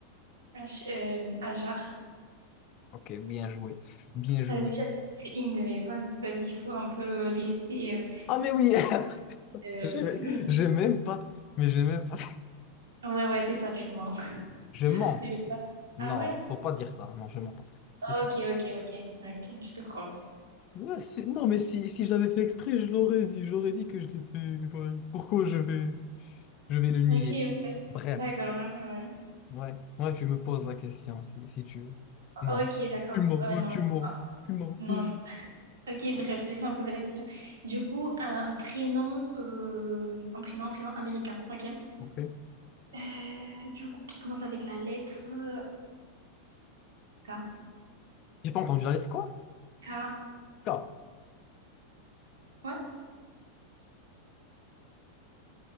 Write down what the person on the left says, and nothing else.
Ok, bien joué. Bien joué.
Ah, mais oui!
<laughs>
J'ai
j'ai même pas. Mais j'ai même pas.
Je mens.
Non,
faut pas dire ça. Non, je mens pas.
Je suis-
Ouais, c'est- Non, mais si, si je l'avais fait exprès, je l'aurais dit. J'aurais dit que je l'ai fait. exprès. Pourquoi je vais, je vais le nier?
Bref.
Ouais. Ouais, tu me poses la question si, si tu veux. Mens.
Tu mens.
ouais,
tu
mens.
Tu mens.
oui.
Ok.
J'ai pas entendu la lettre quoi?
K.